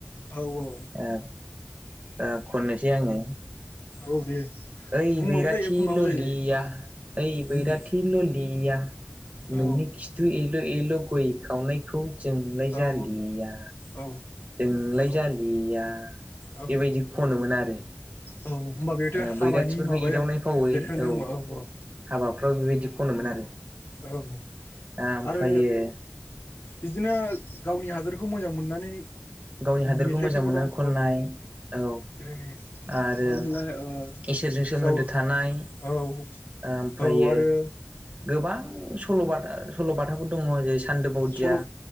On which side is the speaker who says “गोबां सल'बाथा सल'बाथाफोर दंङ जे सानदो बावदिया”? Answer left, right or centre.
Right